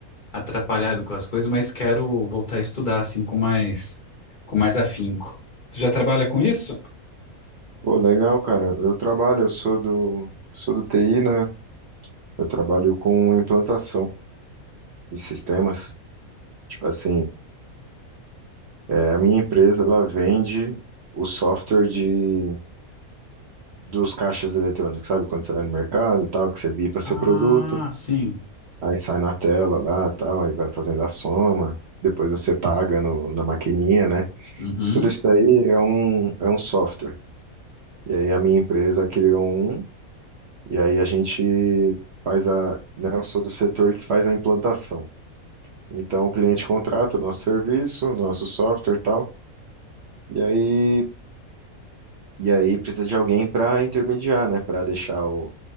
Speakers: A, on the left; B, on the right.
A: atrapalhado com as coisas, mas quero voltar a estudar assim com mais com mais afinco. Tu já trabalha com isso?
B: Pô, legal, cara. Eu trabalho, eu sou do, sou do TI, né? Eu trabalho com implantação de sistemas. Tipo assim, É, A minha empresa, ela vende o software de, dos caixas eletrônicos, sabe? Quando você vai no mercado e tal, que você bipa seu
A: Ah,
B: produto,
A: sim.
B: aí sai na tela lá e tal, aí vai fazendo a soma, depois você paga no, na maquininha, né?
A: Uhum.
B: Tudo isso daí é um, é um software. E aí a minha empresa criou um, e aí a gente faz a, né? Eu sou do setor que faz a implantação. Então o cliente contrata o nosso serviço, o nosso software e tal, e aí E aí precisa de alguém para intermediar, né? Para deixar o